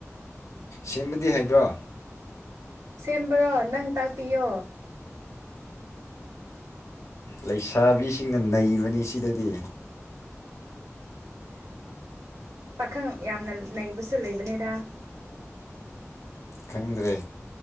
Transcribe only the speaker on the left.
ꯁꯦꯝꯕꯗꯤ ꯍꯩꯕ꯭ꯔꯣ
ꯂꯩꯁꯥꯕꯤ ꯁꯤꯡꯅ ꯅꯩꯕꯅꯤ ꯁꯤꯗꯗꯤ
ꯈꯪꯗ꯭ꯔꯦ